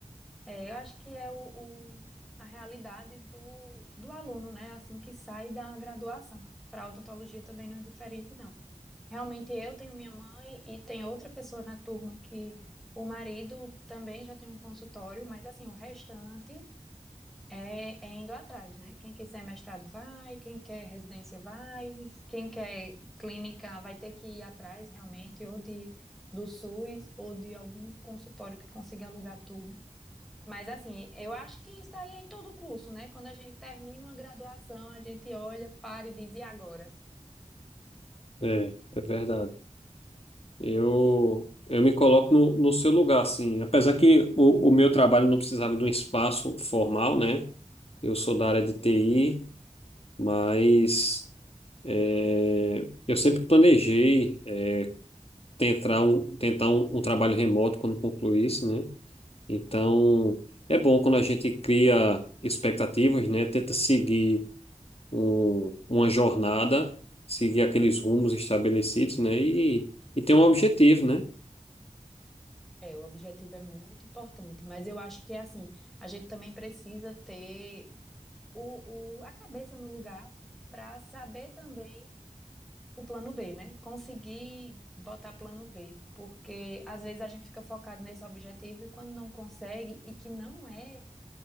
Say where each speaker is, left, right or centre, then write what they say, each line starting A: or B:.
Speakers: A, in the centre; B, on the left.
A: É, eu acho que é o, o- a realidade do, do aluno, né, assim que sai da graduação. Para odontologia também não é diferente, não. Realmente eu tenho minha mãe e tem outra pessoa na turma que o marido também já tem um consultório, mas assim, o restante É, é indo atrás, né? Quem quiser mestrado vai, quem quer residência vai, quem quer clínica vai ter que ir atrás realmente, ou de, do SUS, ou de algum consultório que consiga alugar turno. Mas assim, eu acho que isso daí é em todo o curso, né? Quando a gente termina uma graduação, a gente olha, para e diz, e agora?
B: É, é verdade. Eu, eu me coloco no, no seu lugar, assim. Apesar que o, o meu trabalho não precisava de um espaço formal, né? Eu sou da área de TI Mas é, eu sempre planejei é, tentar um, tentar um, um trabalho remoto quando concluísse, né? Então, é bom quando a gente cria expectativas, né? Tenta seguir um- uma jornada, seguir aqueles rumos estabelecidos, né? E, e ter um objetivo, né?
A: É, o objetivo é muito importante, mas eu acho que assim, a gente também precisa ter o, o, a cabeça no lugar para saber também o plano B, né? Conseguir botar plano B, porque às vezes a gente fica focado nesse objetivo e quando não consegue, e que não é